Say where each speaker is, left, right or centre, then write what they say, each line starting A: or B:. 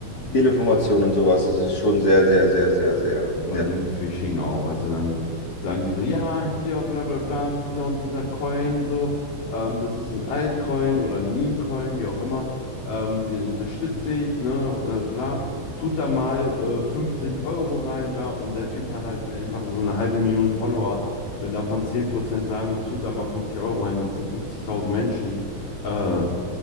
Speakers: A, on the left; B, on the left.
A: Fehlinformationen und sowas, es ist schon sehr, sehr, sehr, sehr, sehr.
B: Ja, Vor
A: Ja.
B: allen Dingen Phishing auch, weißt du, dann sagen die so, ja, hier, bla bla bla, dieser und dieser Coin, so, ähm, das ist ein Altcoin oder ein Meme-Coin, wie auch immer, ähm, den unterstütze ich, ne, äh, bla, tut da mal äh, 50 Euro rein, bla, und der Typ hat halt einfach so eine halbe Million Follower, wenn davon 10% sagen, tut da mal 50 Euro rein, das sind 50.000 Menschen, äh,